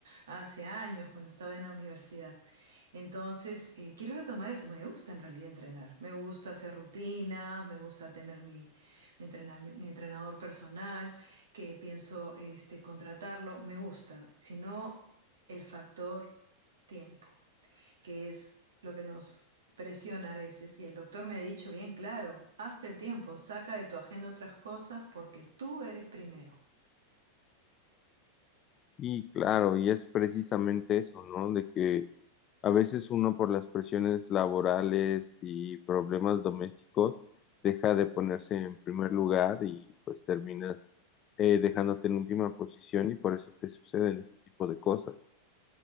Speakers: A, on the right; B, on the left.
A: hace años, cuando estaba en la universidad. Entonces, eh, quiero retomar eso. Me gusta en realidad entrenar. Me gusta hacer rutinas, me gusta tener mi, mi, entrenam- mi entrenador personal que pienso este, contratarlo, me gusta, sino el factor tiempo, que es lo que nos presiona a veces. Y el doctor me ha dicho bien claro, hazte el tiempo, saca de tu agenda otras cosas porque tú eres primero.
B: Y claro, y es precisamente eso, ¿no? De que a veces uno por las presiones laborales y problemas domésticos deja de ponerse en primer lugar y pues terminas eh, dejándote en última posición y por eso te suceden este tipo de cosas.